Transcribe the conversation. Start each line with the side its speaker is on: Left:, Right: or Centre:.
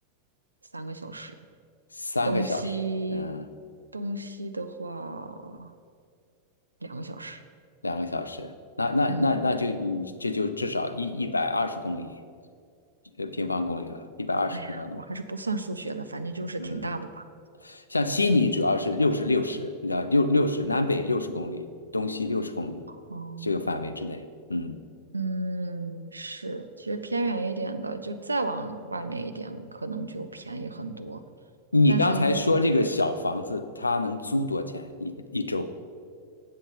Right: 三个小时，
Left: 三个小时，
Right: 东西
Left: 嗯，
Right: 东西的话两个小时。
Left: 两个小时，那那那那就你这就至少一一百二十公里，
Right: 嗯，
Left: 呃，平方公里了，一百二十平方公里，
Right: 哎呀，我还是不算数学了，反正就是挺大的吧。
Left: 嗯，像悉尼主要是六十六十，你知道六六十南北六十公里，东西六十公里这个范围之内，
Right: 哦，
Left: 嗯，
Right: 嗯，是，其实偏远一点的，就再往外面一点，可能就便宜很多。
Left: 你刚才说这个小房子它能租多少钱一个一周？
Right: 但是因为我